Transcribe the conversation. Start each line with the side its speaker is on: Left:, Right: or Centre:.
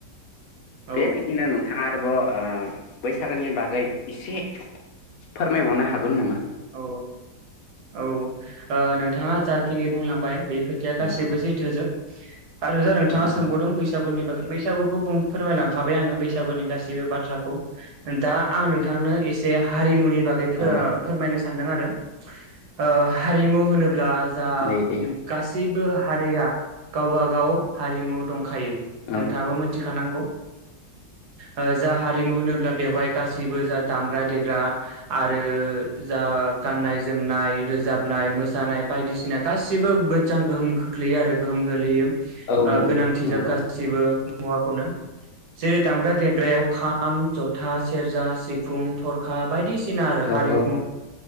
Right: औ
Left: बेबायदिनो नोंथाङा आरोबाव ओ बैसागोनि बागै एसे फोरमायबावनो हागोन नामा?
Right: औ औ ओ नोंथाङा जाखिनि बुंलांबाय बे खोथाया गासैबो
Left: औ औ
Right: सैथोजोब। आरो जा नोंथाङा
Left: औ
Right: सोंबावदों
Left: औ
Right: बैसागुनि बागै बैसागुखौ बुं फोरमायलांखाबाय आङो बैसागुनि गासैबो बाथ्राखौ नोंथाङा आं नोंथांनो एसे हारिमुनि बागै फो
Left: औ औ
Right: सान्दों आरो ओ हारिमु होनो ब्ला जा
Left: दे दे
Right: गासैबो हारिया गावबा गाव हारिमु दं खायो नोंथाङाबो
Left: औ
Right: मोनथिखानांगौ। ओ जा हारिमु होनोब्ला बेवहाय गासैबो जा दामग्रा देग्रा आरो जा गाननाय जोमनाय, रोजाबनाय, मोसानाय बायदिसिना गासिबो मोजां गोहोम खोख्लैयो आरो गोहोम गोलैयो।
Left: औ
Right: ओ
Left: नंगौ
Right: गोनांथि
Left: नंगौ
Right: जोब गासिबो मुवाखौनो जेरै दामग्रा देग्रायाव खाम, जथा, सेरजा, सिफुं, थरखा बायदिसि ना आरो
Left: औ
Right: हारिमु
Left: औ